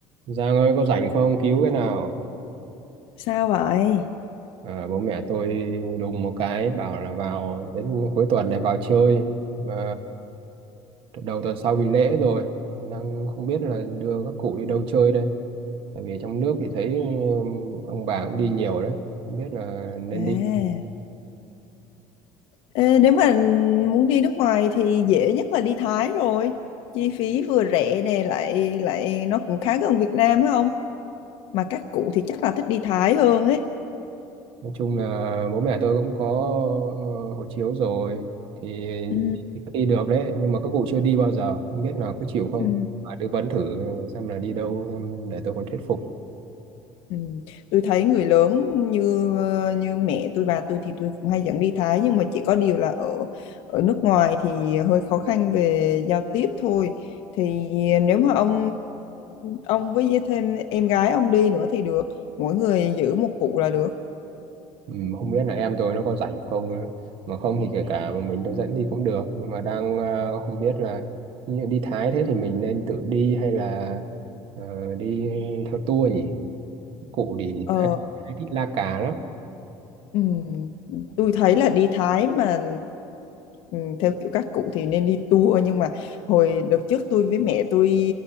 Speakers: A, on the right; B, on the left.
A: Giang ơi có rảnh không cứu cái nào
B: Sao vậy?
A: à, bố mẹ tôi đùng một cái bảo là vào đến cuối tuần này vào chơi mà đầu tuần sau thì lễ rồi đang không biết là đưa các cụ đi đâu chơi đây tại vì trong nước thì thấy ông bà cũng đi nhiều đấy không biết là nên
B: À,
A: đi
B: ê, nếu mà muốn đi nước ngoài thì dễ nhất là đi Thái rồi. Chi phí vừa rẻ nè lại lại nó cũng khá gần Việt Nam phải không? Mà các cụ thì chắc là thích đi Thái hơn ấy.
A: nói chung là bố mẹ tôi cũng có ờ, hộ chiếu rồi thì
B: Ừ,
A: đi được đấy nhưng mà các cụ chưa đi bao giờ không biết là có chịu không
B: ừ.
A: bà tư vấn thử xem là đi đâu xem để tôi còn thuyết phục
B: Ừ. Tôi thấy người lớn như ờ, như mẹ tôi bà tôi thì tôi cũng hay dẫn đi Thái nhưng mà chỉ có điều là ở ở nước ngoài thì hơi khó khăn về giao tiếp thôi thì nếu mà ông ông với thêm em gái ông đi nữa thì được mỗi người giữ một cụ là được
A: Ừ, mà không biết là em tôi nó có rảnh không nữa. mà không thì kể cả mà mình tôi dẫn đi cũng được nhưng mà đang ờ, không biết là như đi Thái thế thì mình nên tự đi hay là ờ, đi theo tour nhỉ cụ thì
B: ờ
A: hay, hay thích la cà lắm
B: Ừ, tôi thấy là đi Thái mà ừ, theo kiểu các cụ thì nên đi tour nhưng mà hồi đợt trước tôi với mẹ tôi